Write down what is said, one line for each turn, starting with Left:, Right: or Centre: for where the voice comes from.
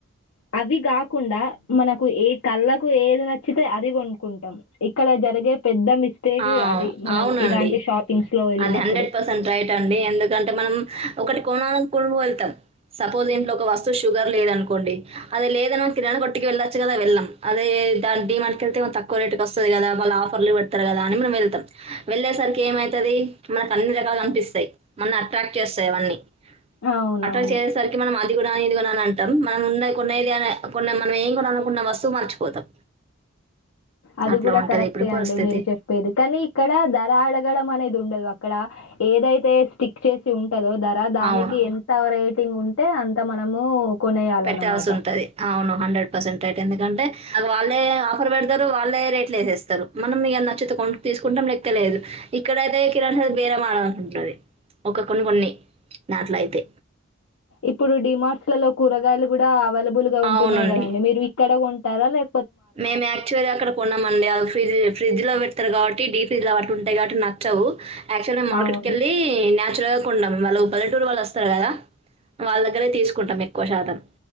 Left: అవి కాకుండా మనకు ఏ కళ్ళకు ఏది నచ్చితే అది వంకుంటాం ఇక్కడ జరిగే పెద్ద మిస్టేక్
Right: ఆ!
Left: అది మనం
Right: అవునండి.
Left: ఇలాంటి షాపింగ్స్ లో వెళ్ళినప్పుడు
Right: అది రైట్ అండి ఎందుకంటే మనం ఒకటి కొనాలని కొనుగ వెళ్తాం సపోజ్ ఇంట్లో ఒక వస్తువు షుగర్ లేద అనుకోండి అదే లేదన మ కిరాణ కొట్టికి వెళ్ళచ్చు కదా వెళ్ళం అదే దా డిమాండ్కి వెళ్తే తకువ రేటుకి వస్తుంది కదా వాళ్ళ ఆఫర్లు పెడారు కదా అని మనం వెళ్తాం వెళ్ళేసరికి ఏమై ది మనకు అన్ని రకాలుగా కనిపిస్తాయి మన అట్రాక్ట్ చేస్తాయి అవన్నీ
Left: అవునవును
Right: పట్ట్రా చేసేసరికి మనం మ ఇది కూడా ఇది కూడాన అని అంటా మనం ఉన్న కొన్నది అ కొ మనం ఏం కూడా అనుకున్న వస్తువు మర్చిపోతాం
Left: అది
Right: అట్లా
Left: కూడా
Right: ఉంటది
Left: కరెక్టే
Right: ఇప్పుడు పరిస్థితి.
Left: అండి మీరు చెప్పేది కానీ ఇక్కడ ధర అడగడం అనేది ఉండదు అక్కడ ఏదైతే స్టిక్ చేసి ఉ కదో ధర దానికి
Right: అవును.
Left: ఎంత రేటింగ్ ఉంటే అంత మనము కొనేయాలన్నమాట
Right: పెట్టాల్సి ఉంటది అవును హండ్రెడ్ ఎందుకంటే వాళ్ళే ఆఫర్ పెడతారు వాళ్ళే రేట్లుేస్తారు మనం మీ నచ్చితే కొ తీసుకుంటాం లెక్కలేదు ఇక్కడయితే కిరణది బేరమాడ అంటంటుది ఒక కొన్ని కొన్ని నాట్లో అయితే
Left: ఇప్పుడు డిమార్ట్స్ లలో కూరగాయలు కూడా అవైలబుల్ గా ఉంటున్నాయి
Right: అవునండి
Left: కదండి మీరు ఇక్కడ ఉంటారా లే
Right: మేము యాక్చువల్గా అక్కడ కొన్నాండి ఫ్రిజ్ ఫ్రిజ్ లో పెడతారు కాబట్టి డీ ఫ్రిజ్ లో అటు ఉంటాయి కాబట్టి నాకు యాక్చువల్ మ మార్కెట్
Left: అవును
Right: కెళ్ళి నేచురల్ గా కొ ఉంటన్నాం వాళ్ళు పలెటూరు వాళ్ళు వస్తారు కదా వాళ్ళ దగ్గరే తీసుకుంటాం ఎక్కువ శాతం